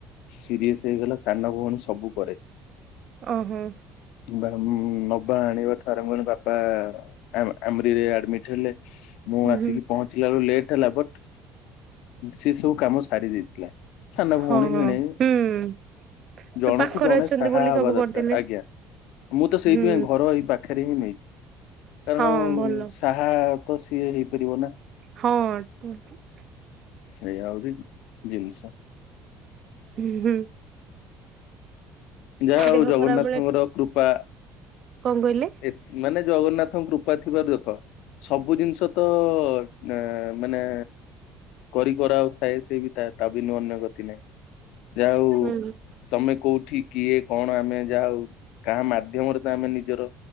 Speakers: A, on the left; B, on the right.
A: ସିରିଅସ ହେଇଗଲା ସାନ ଭଉଣୀ ସବୁ କରେ।
B: ଓହୋ।
A: ବା ଉମ ନବା ଆଣିବାଠୁ ଆରମ୍ଭ ବାପା ଆ ଆମ୍ରି ରେ ଆଡମିଟ ହେଲେ ମୁଁ
B: ହୁଁ
A: ଆସିକି
B: ହୁଁ
A: ପହଞ୍ଚିଲା ବେଳୁ ଲେଟ ହେଲା ବଟ୍ ସେ ସବୁ କାମ ସାରି ଦେଇଥିଲା। ସାନ ଭଉଣୀ
B: ହଁ ହଁ
A: ଭିଣେଇ
B: ହୁଁ
A: ଜଣକୁ
B: ପାଖରେ
A: ଜଣେ
B: ଅଛନ୍ତି
A: ସାହା
B: ବୋଲି
A: ହବା
B: ସବୁ କରିଦେଲେ।
A: ଦରକାର। ଆଜ୍ଞା। ମୁଁ ତ ସେଇଥିପାଇଁ
B: ହୁଁ
A: ଘର ଏଇ ପାଖରେ ହିଁ ନେଇଚି। କାରଣ
B: ହଁ ଭଲ
A: ସା ହା ତ ସିଏ ହେଇପାରିବ ନା।
B: ହଁ।
A: ଏଇଆ ହୋଉଚି ଦିିନଷ।
B: ହୁଁ ହୁଁ।
A: ଯାହା
B: ଦେହ
A: ହଉ ଜଗନ୍ନାଥଙ୍କର
B: ଖରାପ ବେଳେ
A: କୃପା
B: କଣ କହିଲେ?
A: ଏ ମାନେ ଜଗନ୍ନାଥଙ୍କ କୃପା ଥିବାରୁ ଦେଖ ସବୁ ଜିନିଷ ତ <unintelligible> ମାନେ କରି କରାଉ ଥାଏ ସେହି ତା ବିନୁ ଅନ୍ୟ ଗତି ନାହିଁ। ଯା ହୋଉ
B: ହୁଁ
A: ତମେ କୋଉଠି କିଏ କଣ ଆମେ ଯାହା ହଉ କାହା ମାଧ୍ୟମରେ ତ ଆମେ ନିଜର